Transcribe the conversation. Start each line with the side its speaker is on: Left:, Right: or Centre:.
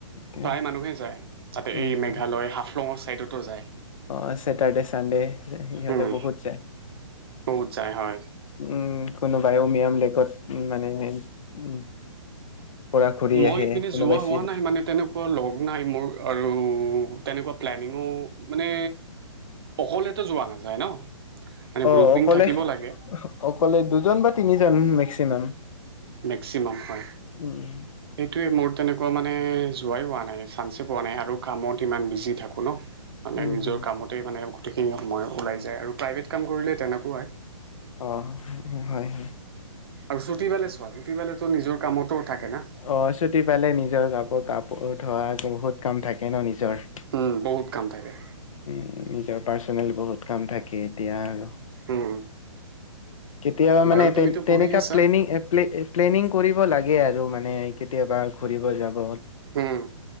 Left: তে,
Right: প্ৰায় মানুহে যায় তাতে
Left: উম
Right: এই মেঘালয়াফ ফলঙৰ ছাইডতো যায়
Left: অ চছেটাৰ্ডে চানডে ইহঁতে
Right: উম
Left: বহুত যে
Right: বহুত যায় হয়
Left: উম কোনোবাই উমিয়াম লেকত মানে উ পৰা ঘূৰি
Right: মই
Left: আহে
Right: পিনে
Left: কোনোবাই
Right: যোৱা হোৱা
Left: চিল
Right: নাই মানে তেনেকুৱা লগ নাই মোৰ আৰু তেনেকুৱা প্লেনিঙো মানে অকলেতো যোৱা নাযায় ন মানে
Left: অ
Right: গ্ৰুপিং
Left: অকলে
Right: থাকিব লাগে
Left: অকলে দুজন বা তিনিজন মেক্সিমাম
Right: মেক্সিমাম হয়
Left: উম
Right: সেইটোৱে মোৰ তেনেকুৱা মানে যোৱাই হোৱা নাই চান্সে পোৱা নাই আৰু কামত ইমান বিজি থাকো ন মানে
Left: উম
Right: নিজৰ
Left: হম
Right: কামতে মানে গোটেইখিনি সময় ওলাই যায় আৰু প্ৰাইভেট কাম কৰিলে তেনেকুৱা হয়
Left: অ হয় হয়
Right: আৰু চুটিবালে চোৱা চুটিবালে নিজৰ কামতো থাকে না
Left: অ ছুটি পালে নিজৰ কাপ আকৌ কাপোৰ ধোৱা বহুত কাম থাকে ন নিজৰ
Right: উম বহুত কাম থাকে
Left: উ নিজৰ পাৰ্চনেল বহুত কাম থাকে এতিয়া আৰু
Right: উম
Left: কেতিয়াবা
Right: বাৰু
Left: মানে
Right: তুমিতো
Left: তেনেকা
Right: পঢ়ি আছা
Left: প্লেনি প্লেনিং কৰিব লাগে লাগে আৰু মানে কেতিয়াবা ঘূৰিব যাব
Right: উম